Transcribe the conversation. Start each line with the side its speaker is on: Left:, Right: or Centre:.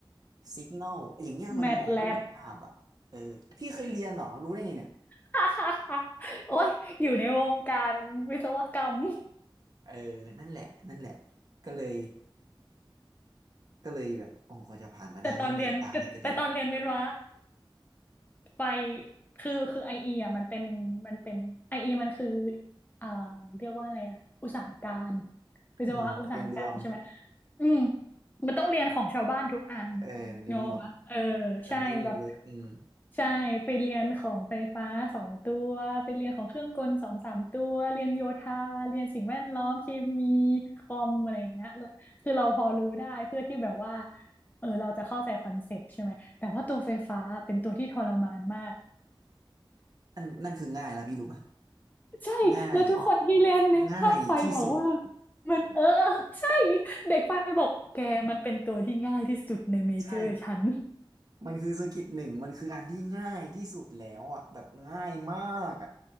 Right: สิกนลอย่างเงี้ยมันมองไม่เห็นภาพอ่ะเออพี่เคยเรียนเหรอรู้ได้ไงเนี่ย
Left: แมทแลบ <laughs> โอ้ยอยู่ในวงการวิศวกรรม
Right: เออนั่นแหละนั่นแหละก็เลยก็เลยแบบโอ้โหกว่าจะผ่านมาได้แม่งเลือดตาแทบกระเด็น
Left: แต่ตอนเรียนแต่แต่ตอนเรียนวิศวะ ไฟคือคือไอเอ่ะมันเป็นมันเป็นไอเอมันคืออ่าเรียกว่าอะไรอะอุตสาหการวิศวะอุตสาหการใช่ไหม
Right: อืมเรียนรวม
Left: อืมมันต้องเรียนของชาวบ้านทุกอัน
Right: เออเรียนหมด
Left: เนกอะปะเออ
Right: แต่ไม่ได้เรียนลึกอืม
Left: ใช่แบบใช่ไปเรียนของไฟฟ้าสองตัวไปเรียนของเครื่องกลสองสามตัวเรียนโยธาเรียนสิ่งแวดล้อมเคมีคอมอะไรอย่างเงี้ยคือเราพอรู้ได้เพื่อที่แบบว่าเออเราจะเข้าใจคอนเซปต์ใช่ไหม แต่ว่าตัวไฟฟ้าเป็นตัวที่ทรมานมาก
Right: นั่นนั่นคือง่ายแล้วพี่รู้ป่ะ
Left: ใช่แล้วทุกคนที่เล่นในภาคไฟบอกว่า
Right: ง่ายง่ายที่สุด
Left: มันเออใช่เด็กไฟบอกแกมันเป็นตัวที่ง่ายที่สุดในเมเจอร์ฉัน
Right: ใช่มันคือสกิลหนึ่งมันคืออันที่ง่ายที่สุดแล้วอ่ะแบบง่ายมากอ่ะ